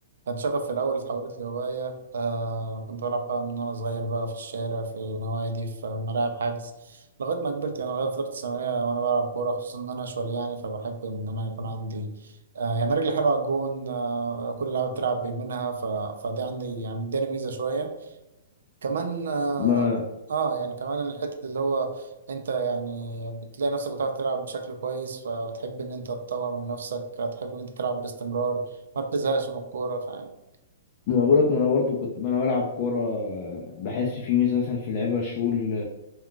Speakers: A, on the right (about 80°); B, on the left (about 40°).
A: كان شغف في الاول اتحولت لهوايه آه كنت بلعب بقى من وانا صغير بقى في الشارع في نوادي في ملاعب حجز لغايه ما كبرت يعني لغايه فتره الثانويه وانا بلعب كوره خصوصا ان انا شوال يعني فبحب ان انا يكون عندي آه يعني رجلي حلوه على الجون آه كل لعبه بتلعب بيمينها ف... فدي عندي يعني اداني ميزه شويه كمان اه
B: ما
A: آه، يعني كمان الحتة اللي هو انت يعني بتلاقي نفسك بتعرف تلعب بشكل كويس فبتحب ان انت تطور من نفسك هتحب ان انت تلعب باستمرار ما بتزهقش من الكورة فاهم
B: ما بقولك ما انا برضو كنت ما انا بلعب كورة بحس في ميزة مثلا في اللعيبة الشغل